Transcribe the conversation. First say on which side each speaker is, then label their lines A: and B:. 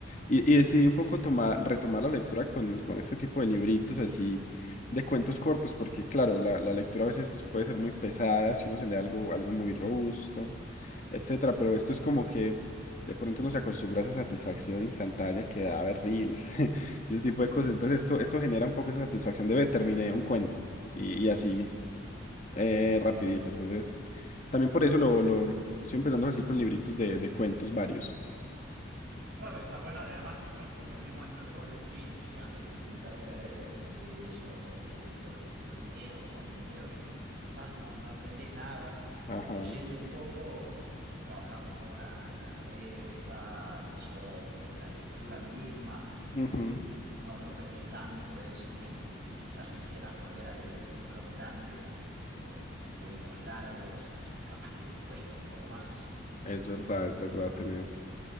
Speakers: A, on the left (about 40°); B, on the right (about 55°).
A: Y, y decidí un poco tomar, retomar la lectura con, con este tipo de libritos así de cuentos cortos, porque claro, la, la lectura a veces puede ser muy pesada si uno se lee algo, algo muy robusto, etcétera. Pero esto es como que de pronto uno se acostumbra a esa satisfacción instantánea que da ver reels <laughs> y ese tipo de cosas. Entonces esto, esto genera un poco esa satisfacción de "Ve, terminé un cuento. Y, y así eh, rapidito. Entonces, también por eso lo, lo estoy empezando así con libritos de, de cuentos varios.
B: Claro, está bueno además, porque lo mismo esto que vos decís, que antes que sentarte a ver eh, reels o cualquier tipo de, de video, contenido que, que quizás no, no aprendes nada,
A: Ajá.
B: leyendo un poco, trabajás un poco la, la cabeza, los ojos, la lectura misma,
A: Ujú.
B: y no, no perdés tanto eso que si quizás quisieras volver a leer libros grandes o cuentos largos, capaz que te cuesta un poco más.
A: Es verdad, es verdad, tenés,